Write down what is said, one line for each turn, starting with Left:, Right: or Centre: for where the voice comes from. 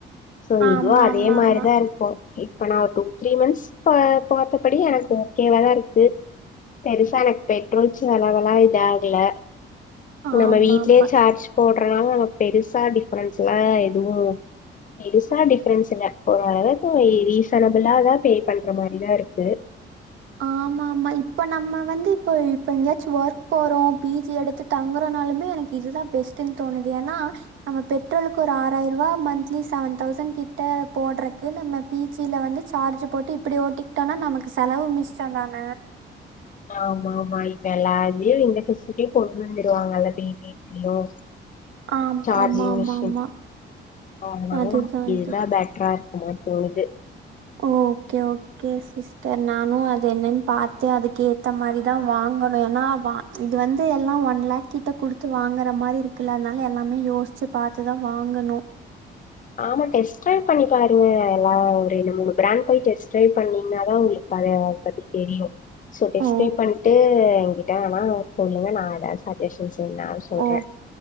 Left: சோ
Right: ஆமா
Left: இதும் அதே
Right: ஆமா
Left: மாரி
Right: ஆமா
Left: தா இருக்கும் அப்ப நா ஒரு டூ த்ரீ மந்த்ஸ் ப பாத்தபடி எனக்கு ஓகேவா தா இருக்கு பெருசா எனக்கு பெட்ரோல் செலவலாம் இதாகல நம்ம
Right: ஆமா
Left: வீட்லயே
Right: ஆமா
Left: சார்ஜ் போடுறனா பெருசா டிஃப்ரன்ஸ்லாம் எதுவும் பெருசா டிஃப்ரன்ஸ் இல்ல ஒரு அளவுக்கு ரீசனபிளா தா பே பண்ற மாரிதான் இருக்கு
Right: ஆமா ஆமா இப்போ நம்ம வந்து இப்போ இப்ப எங்காச்சு ஒர்க் போறோம் பி ஜி எடுத்து தங்குறனாலுமே எனக்கு இதுதான் பெஸ்டுனு தோணுது ஏன்னா நம்ம பெட்ரோலுக்கு ஒரு ஆறாயறுவா மந்த்லி செவன் தௌசண் கிட்ட போடுறக்கு நம்ம பி ஜி ல வந்து சார்ஜ் போட்டு இப்டி ஓட்டிக்கிட்டோனா நமக்கு செலவு மிஸ்சொந்தான
Left: ஆமா ஆமா இப்ப எல்லா இதுலயு இந்த டுஸ் கே கொண்டு வந்துரு வாங்கல்ல பேட்டியத்துலயும்
Right: ஆமா
Left: சார்ஜிங்
Right: ஆமா ஆமா
Left: மிஷின்
Right: ஆமா
Left: அதுனால
Right: அதுதான் அது
Left: இதான் பெட்டரா இருக்குமோ தோனுது
Right: ஓகே ஓக் கே சிஸ்டர் நானும் அது என்னனு பாத்து அதுக்கு ஏத்த மாரி தா வாங்கணு ஏன்னா வா இது வந்து எல்லாம் ஒன் லேக் கிட்ட குடுத்து வாங்குற மாரி இருக்குல்ல அதுனால எல்லாமே யோசிச்சு பாத்து தா வாங்கணும்
Left: ஆமா டெஸ்ட் ட்ரைவ் பண்ணி பாருங்க எல்லாம் ஒரு ரெண்டு மூனு பிராண்ட் போய் டெஸ்ட் ட்ரைவ் பண்ணீங்கனா தா உங்களுக்கு அது பத்தி தெரியும் சோ டிஸ்பே
Right: ஓ
Left: பண்டு எங்கிட்ட ஆனா சொல்லுங்க நா ஏதாவது சஜஷன் செய்லா சொல்றேன்
Right: ஓ